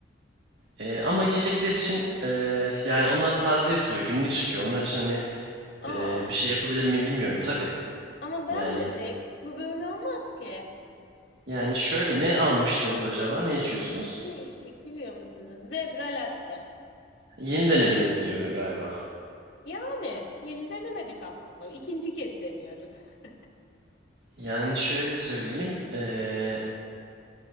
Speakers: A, on the right (about 60°); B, on the left (about 60°).
A: E, ama içecekler için e, yani onlar taze yapılıyor. Günlük çıkıyor. Onlar için hani
B: Aa,
A: e, bir şey yapabilir miyim bilmiyorum. Tabii.
B: ama beğenmedik.
A: Yani
B: Bu böyle olmaz ki.
A: Yani şöyle ne almıştınız acaba? Ne içiyorsunuz?
B: Ne içtik biliyor musunuz? Zebra latte.
A: Yeni denediğiniz bir ürün galiba.
B: Yani yeni denemedik aslında. İkinci kez deniyoruz. <laughs>
A: Yani şöyle söyleyeyim. eee,